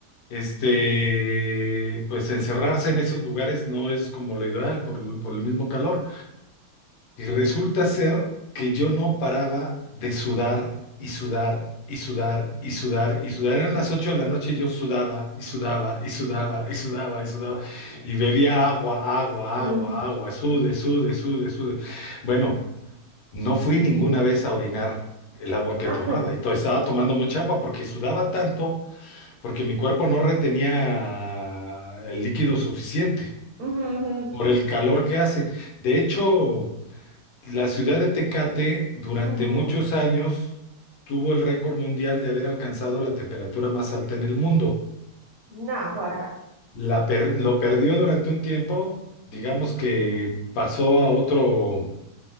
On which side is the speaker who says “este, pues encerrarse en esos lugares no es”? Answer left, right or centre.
Left